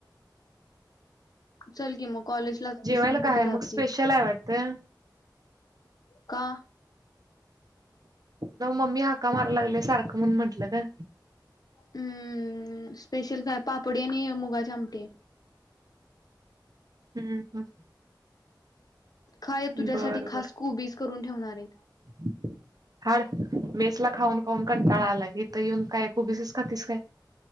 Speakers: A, on the left; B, on the right.
A: चल की मग कॉलेज ला
B: जेवायला
A: तस पण
B: काय
A: कुठे
B: आहे
A: जातेस.
B: मग स्पेशल आहे वाटतं
A: का?
B: न मम्मी हाका माराला लागल्या सारखं म्हणून म्हंटलं ग.
A: हम्म स्पेशल काय, पापडी आणि मुगाचे आमटी हाय.
B: हम्म हम्.
A: काय तुझ्यासाठी
B: बरं
A: खास
B: बर
A: खुबीज करून ठेवणार आहे.
B: <unintelligible> हाड, मेस ला खाऊन खाऊन कंटाळा आला इथं येऊन काय खुबीसच खातीस काय.